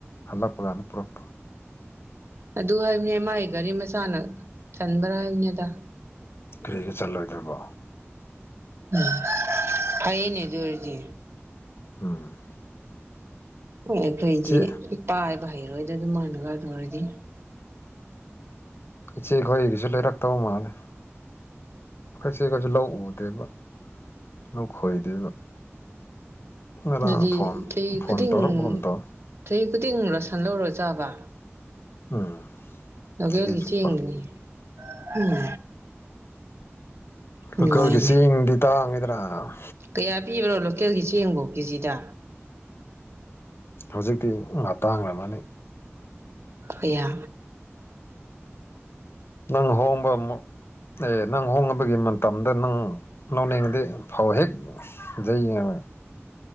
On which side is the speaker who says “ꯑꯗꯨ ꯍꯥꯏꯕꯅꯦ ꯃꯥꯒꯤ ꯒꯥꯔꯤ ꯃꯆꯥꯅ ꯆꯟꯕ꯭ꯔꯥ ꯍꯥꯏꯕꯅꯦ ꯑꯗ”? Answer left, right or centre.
Right